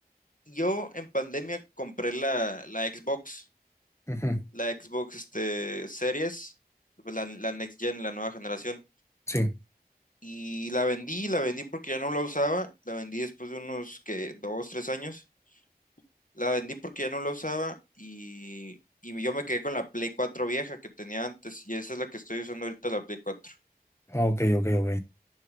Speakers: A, on the left; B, on the left.
A: yo en pandemia compré la, la Xbox.
B: Ujú,
A: la Xbox este, Series, pues, la, la Next Gen, la nueva generación.
B: Sí.
A: Y la vendí, la vendí porque ya no la usaba, la vendí después de unos que dos, tres años, la vendí porque ya no la usaba y, y yo me quedé con la Play cuatro vieja que tenía antes y esa es la que estoy usando ahorita, la Play cuatro
B: Ah, ok, ok, ok.